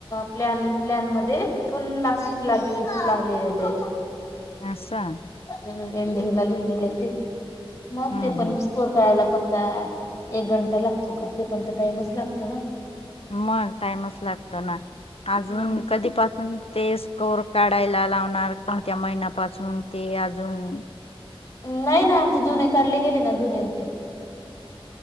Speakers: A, on the left (about 30°); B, on the left (about 80°).
A: प्लॅन प्लॅन मध्ये पण ला हॉपिटलािलालीलेले.
B: असं
A: हम एन्डिंग ला लिहिलेले ते मग
B: हम्म
A: ते
B: हम्म
A: पण कोर काळायला पण का एक घंटा लागतो का ते पण त टाइमच लागतो ना.
B: मग टाइमच लागतो ना अजून
A: हम्म.
B: कधीपासून ते स्कोर काढायला लावणार कोणत्या महिन्यापासून ते अजून
A: नाही ना आमचे जुने काढले गेले ना जुन्यांचे.